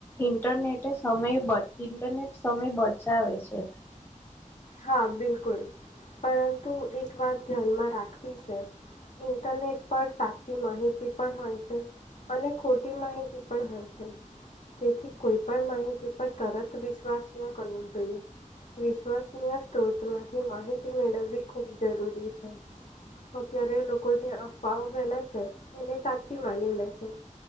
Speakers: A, on the left; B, on the left.
A: ઇન્ટરનેટે સમય બ ઇન્ટરનેટ સમય બચાવે છે.
B: હા, બિલકુલ, પરંતુ એક વાત ધ્યાનમાં રાખવી છે ઇન્ટરનેટ પર સાચી માહિતી પણ હોય છે. અને ખોટી માહિતી પણ હોય છે. તેથી કોઈ પણ માહિતી પર તરત વિશ્વાસ ન કરવો જોઈએ. વિશ્વાસ <unintelligible> સ્ત્રોતમાંથી માહિતી મેળવવી ખૂબ જરૂરી છે. અત્યારે લોકો જે અફવાઓ ફેલાય છે, એને સાચી માની લે છે.